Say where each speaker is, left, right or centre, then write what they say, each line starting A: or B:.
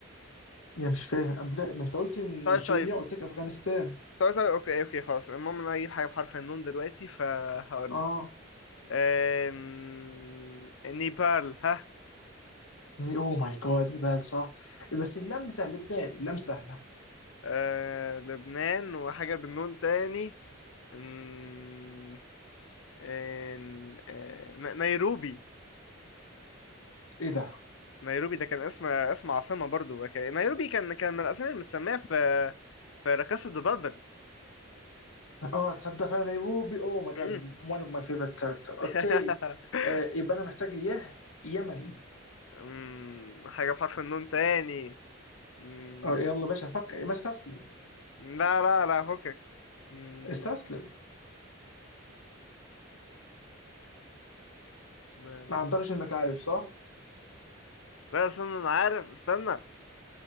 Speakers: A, on the left; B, on the left.
A: يعني مش فاهم قبل ما انت قلت نيجيريا
B: طيب طيب
A: قلت لك افغانستان
B: طيب طيب اوكي اوكي خلاص المهم انا اجيب حاجه بحرف النون دلوقتي فهقول
A: اه
B: لك أم... نيبال ها
A: اوه ماي جاد نيبال صح بس اللام سهل لبنان اللام سهله
B: أه... لبنان وحاجه بالنون تاني أم... أم... أه... ن- نيروبي
A: ايه ده
B: نيروبي ده كان اسم اسم عاصمة برضو وك- نيروبي كان كان من الأسامي المتسمية في في لا كاسا دو بابل
A: اه تصدق فعلا نيروبي اوه ماي
B: مم.
A: جاد one of my favorite character
B: <laughs>
A: اوكي آه يبقى انا محتاج يه يمن
B: مم، حاجة بحرف النون تاني مم،
A: آه يلا باشا فكر ما استسلم
B: لا لا لا فكك مم،
A: استسلم
B: ما-
A: ما اعتقدش انك عارف صح؟
B: لا استنى أنا عارف استنى